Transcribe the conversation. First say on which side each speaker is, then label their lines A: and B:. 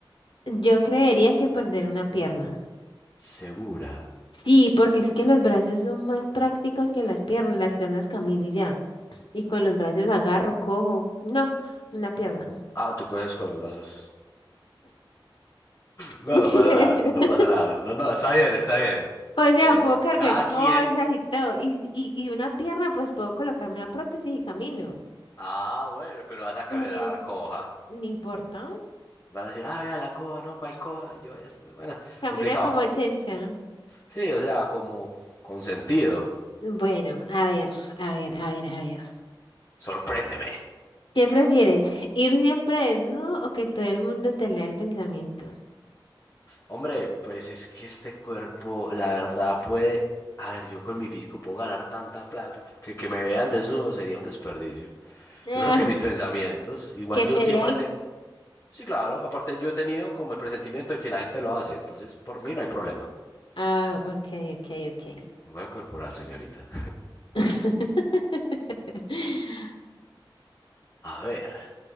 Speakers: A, on the left (about 70°); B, on the left (about 35°).
A: yo creería que perder una pierna.
B: Segura.
A: Sí, porque es que los brazos son más prácticos que las piernas. Las piernas camino y ya. Y con los brazos agarro, cojo. No, una pierna.
B: Ah, tú coges con los brazos. No,
A: <laughs>
B: no pasa nada, no pasa nada. No, no, no, está bien, está bien.
A: O sea,
B: Eh,
A: puedo cargar
B: cada
A: cosas
B: quien.
A: y todo. Y, y, y una pierna, pues puedo colocarme la prótesis y camino.
B: Ah, bueno, pero vas a caminar
A: Pero
B: coja.
A: No importa.
B: Van a decir, ah, vea la coja, no, ¿cuál coja? Yo es, Bueno,
A: Camina
B: complicado.
A: como chencha.
B: Sí, o sea, como con sentido.
A: Bueno, a ver, a ver, a ver, a ver.
B: Sorpréndeme.
A: ¿Qué prefieres? <laughs> ¿Ir siempre desnudo o que todo el mundo te lea el pensamiento?
B: Hombre, pues es que este cuerpo, la verdad, puede... A ver, yo con mi físico puedo ganar tanta plata que que me vean desnudo sería un desperdicio.
A: Ah,
B: Yo creo que mis pensamientos, igual
A: que
B: yo
A: te
B: siempre
A: lea el...
B: tengo... Sí, claro, aparte yo he tenido como el presentimiento de que la gente lo hace, entonces por mí no hay problema.
A: Ah, ok, ok, ok.
B: Voy corporal, señorita.
A: <laughs>
B: A ver,